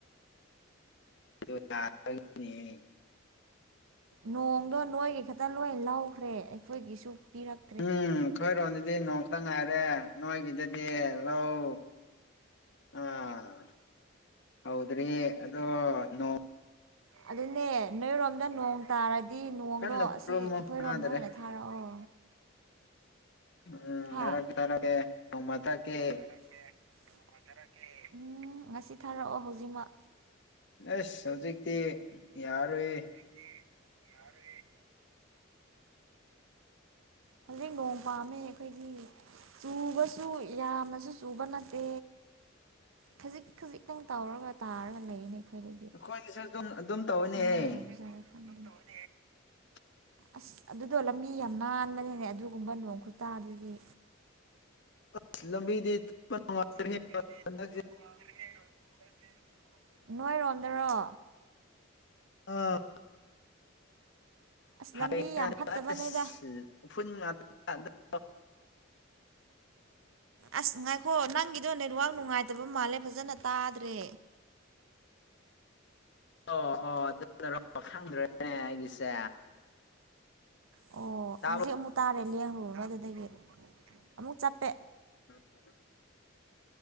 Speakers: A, on the left; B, on the right.
A: <unintelligible> <unintelligible>
B: ꯅꯣꯡꯗꯣ ꯅꯣꯏꯒꯤ ꯈꯛꯇ ꯂꯣꯏ ꯂꯧꯈ꯭ꯔꯦ ꯑꯩꯈꯣꯏꯒꯤꯁꯨ ꯄꯤꯔꯛ
A: ꯎꯝ ꯈꯣꯏꯔꯣꯝꯗꯗꯤ ꯅꯣꯡ ꯇꯥ ꯉꯥꯏꯔꯦ ꯅꯣꯏꯒꯤꯗꯗꯤ ꯂꯧ ꯑꯥ ꯍꯧꯗ꯭ꯔꯤ ꯑꯗꯣ ꯅꯣ
B: ꯑꯗꯨꯅꯦ ꯅꯣꯏꯔꯣꯝꯗ ꯅꯣꯡ ꯇꯥꯔꯗꯤ ꯅꯣꯡꯗꯣ
A: ꯀꯟꯅ ꯈꯨꯔꯨꯝꯃꯣ
B: ꯑꯁꯤ ꯑꯩꯈꯣꯏꯔꯣꯝꯗ
A: ꯀꯅꯥꯗꯔꯦ
B: ꯑꯣꯏꯅ ꯊꯥꯔꯛꯑꯣ
A: ꯎꯝ
B: ꯍꯥ
A: ꯊꯥꯔꯛꯀꯦ ꯊꯥꯔꯛꯀꯦ ꯅꯣꯡꯃ ꯊꯛꯀꯦ
B: ꯊꯛꯀꯦ ꯅꯣꯡꯃꯥ ꯊꯔꯛꯀꯦ ꯎꯝ ꯉꯁꯤ ꯊꯥꯔꯛꯑꯣ ꯍꯧꯖꯤꯛꯃꯛ
A: ꯑꯁ ꯍꯧꯖꯤꯛꯇꯤ ꯌꯥꯔꯣꯏꯌꯦ
B: ꯇꯤ ꯌꯥꯔꯣꯏꯌꯦ ꯍꯧꯖꯤꯛ ꯅꯣꯡ ꯄꯥꯝꯃꯦ ꯑꯩꯈꯣꯏꯗꯤ ꯆꯨꯕꯁꯨ ꯌꯥꯝꯅꯁꯨ ꯆꯨꯕ ꯅꯠꯇꯦ ꯈꯖꯤꯛ ꯈꯖꯤꯛꯇꯪ ꯇꯧꯔꯒ ꯇꯥꯔꯒ ꯂꯩꯅꯦ ꯑꯩꯈꯣꯏꯗꯗꯤ
A: ꯑꯩꯈꯣꯏꯒꯤꯁꯨ ꯑꯗꯨꯝ ꯑꯗꯨꯝ ꯇꯧꯋꯦꯅꯦꯍꯦ
B: ꯀꯃꯥꯏꯅ <unintelligible>
A: <unintelligible>
B: ꯑꯁ ꯑꯗꯨꯗꯣ ꯂꯝꯕꯤ ꯌꯥꯝ ꯅꯥꯟꯕꯅꯦꯅꯦ ꯑꯗꯨꯒꯨꯝꯕ ꯅꯣꯡ ꯈꯨꯇꯥꯗꯨꯗꯤ
A: <unintelligible> ꯂꯝꯕꯤꯗꯤ ꯅꯨꯡꯉꯥꯏꯇ꯭ꯔꯦ
B: ꯂꯝꯕꯤꯗꯤ
A: ꯍꯟꯗꯛꯁꯦ
B: <unintelligible> ꯅꯣꯏꯔꯣꯝꯗꯔꯣ
A: ꯑꯥ
B: ꯑꯁ
A: <unintelligible>
B: ꯂꯝꯕꯤ ꯌꯥꯝ ꯐꯠꯇꯕꯅꯦꯗ
A: ꯎꯐꯨꯜ <unintelligible>
B: ꯑꯁ ꯉꯥꯏꯈꯣ ꯅꯪꯒꯤꯗꯣ ꯅꯦꯠꯋꯥꯔꯛ ꯅꯨꯡꯉꯥꯏꯇꯕ ꯃꯥꯜꯂꯦ ꯐꯖꯅ ꯇꯥꯗ꯭ꯔꯦ
A: ꯑꯣ ꯑꯣ ꯑꯗꯨꯅꯔꯣ ꯈꯪꯗ꯭ꯔꯦꯅꯦ ꯑꯩꯒꯤꯁꯦ
B: ꯑꯣ
A: ꯇꯥꯕ꯭ꯔꯣ
B: ꯍꯧꯖꯤꯛ ꯑꯃꯨꯛ ꯇꯥꯔꯦ ꯂꯦꯡꯉꯨꯕꯗꯨꯗꯒꯤ ꯑꯃꯨꯛ ꯆꯞꯄꯦ
A: <unintelligible>